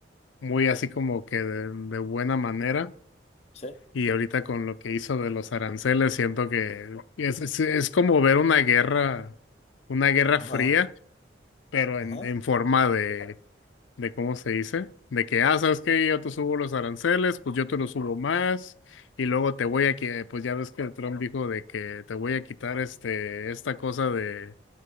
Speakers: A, on the left; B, on the left.
A: muy así como que de, de buena manera
B: Sí.
A: y ahorita con lo que hizo de los aranceles siento que es, es, es como ver una guerra, una guerra
B: Ajá.
A: fría, pero en,
B: Ajá.
A: en forma de de cómo se dice, de que, ah, sabes que yo te subo los aranceles, pues yo te los subo más, y luego te voy a quitar, pues ya ves que Trump dijo de que te voy a quitar este, esta cosa de,